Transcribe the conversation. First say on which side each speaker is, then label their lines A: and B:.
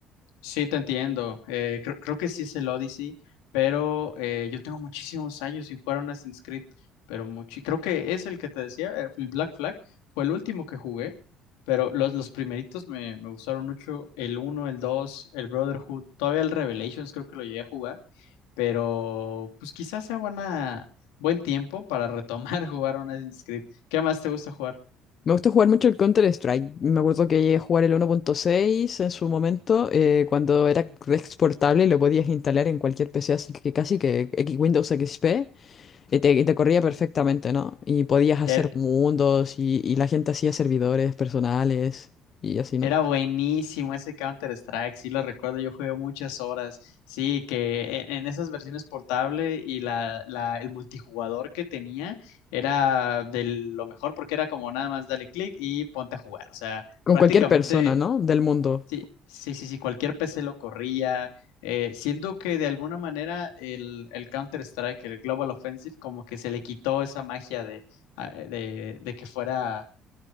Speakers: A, on the left (about 85°); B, on the left (about 45°).
A: Sí, te entiendo. Eh, creo, creo que sí es el Odyssey, pero eh, yo tengo muchísimos años sin jugar a un Assassin's Creed, pero mucho. Creo que es el que te decía, eh, el Black Flag, fue el último que jugué, pero los, los primeritos me, me gustaron mucho, el uno, el 2, el Brotherhood, todavía el Revelations creo que lo llegué a jugar, pero pues quizás sea buena, buen tiempo para retomar <laughs> jugar a un Assassin's Creed. ¿Qué más te gusta jugar?
B: Me gusta jugar mucho el Counter-Strike. Me acuerdo que llegué a jugar el 1.6 en su momento, eh, cuando era exportable y lo podías instalar en cualquier PC, así que casi que X- Windows XP, y te, y te corría perfectamente, ¿no? Y podías hacer
A: Er,
B: mundos y, y la gente hacía servidores personales y así,
A: Era
B: ¿no?
A: buenísimo ese Counter-Strike, sí lo recuerdo, yo jugué muchas horas. Sí, que e- en esas versiones portable y la, la- el multijugador que tenía era de lo mejor porque era como nada más dale clic y ponte a jugar. O sea,
B: Con
A: prácticamente,
B: cualquier persona, ¿no? Del mundo.
A: sí, sí, sí, sí, cualquier PC lo corría. eh, siento que de alguna manera el, el Counter-Strike, el Global Offensive, como que se le quitó esa magia de, a- de, de que fuera,